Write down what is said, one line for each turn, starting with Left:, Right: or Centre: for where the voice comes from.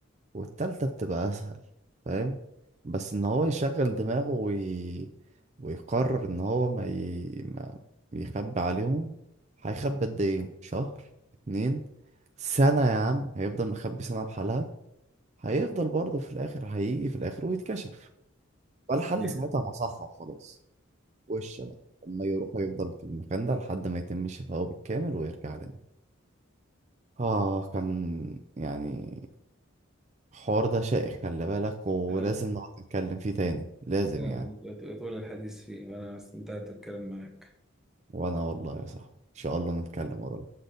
Right: والتالتة بتبقى أسهل فاهم بس إن هو يشغل دماغه وي... ويقرر إن هو ما, ي... ما يخبي عليهم هيخبي قد إيه شهر اتنين سنة يا عم هيفضل مخبي سنة بحالها هيفضل برضه في الآخر هيجي في الآخر ويتكشف والحل
Centre: إيه.
Right: ساعتها مصحة وخلاص وش بقى أما يروح ويفضل في المكان ده لحد ما يتم شفائه بالكامل ويرجع لنا آه كان يعني الحوار ده شائك خلي بالك ولازم
Centre: أنا-
Right: نقعد نتكلم فيه تاني لازم
Centre: أنا
Right: يعني
Centre: طول الحديث فيه وأنا استمتعت بالكلام معك
Right: وانا والله يا صاحبي ان شاء الله نتكلم قريب